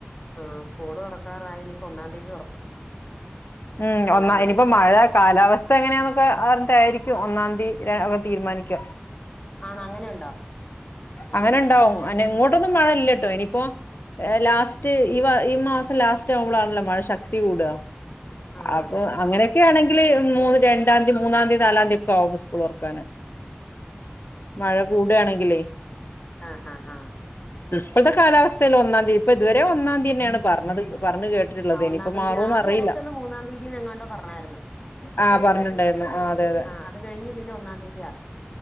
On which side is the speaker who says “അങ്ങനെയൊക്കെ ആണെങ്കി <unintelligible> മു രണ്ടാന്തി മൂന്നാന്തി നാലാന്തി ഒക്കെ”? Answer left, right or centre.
Left